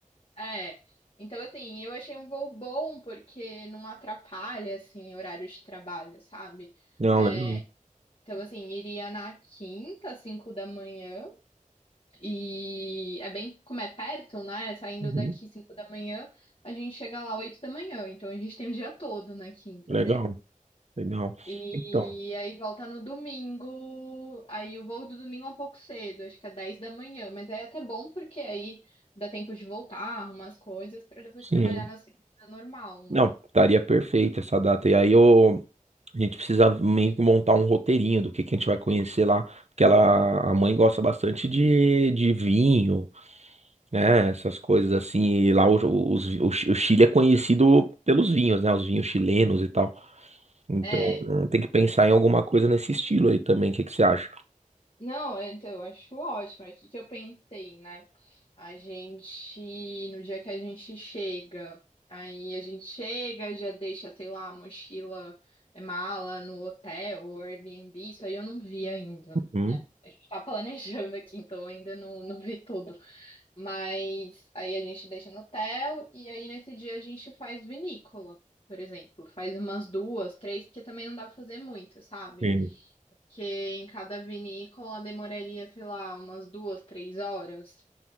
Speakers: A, on the left; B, on the right.
A: É. Então, assim, eu achei um voo bom porque não atrapalha, assim, horário de trabalho, sabe?
B: Não,
A: É,
B: legal.
A: então, assim, iria na quinta, às cinco da manhã, e é bem como é perto, né? Saindo
B: Uhum.
A: daqui cinco da manhã, a gente chega lá oito da manhã, então a gente tem o dia todo na quinta,
B: Legal, legal.
A: e
B: Então,
A: aí volta no domingo. Aí o voo do domingo é um pouco cedo, acho que é 10 da manhã. Mas é até bom porque aí dá tempo de voltar, arrumar as coisas, para depois
B: sim.
A: trabalhar na segunda normal,
B: Não,
A: né?
B: estaria perfeito essa data. E aí eu A gente precisa meio que montar um roteirinho do que, que a gente vai conhecer lá. Porque ela, a mãe gosta bastante de, de vinho, né? Essas coisas assim. E lá os, os- o, Chi- o Chile é conhecido pelos vinhos, né? Os vinhos chilenos e tal. Então
A: É,
B: hum, tem que pensar em alguma coisa nesse estilo aí também. O que, que você acha?
A: Não, é, então, eu acho ótimo. É o que que eu pensei, né? A gente, no dia que a gente chega, aí a gente chega, já deixa, sei lá, a mochila, eh, mala no hotel ou Airbnb, isso aí eu não vi ainda,
B: Hum,
A: né? A gente tá <laughs> planejando aqui, então ainda não, não vi tudo. Mas aí a gente deixa no hotel e aí nesse dia a gente faz vinícola, por exemplo. Faz umas duas, três, porque também não dá pra fazer muito, sabe?
B: sim.
A: que em cada vinícola demoraria, sei lá, umas duas, três horas.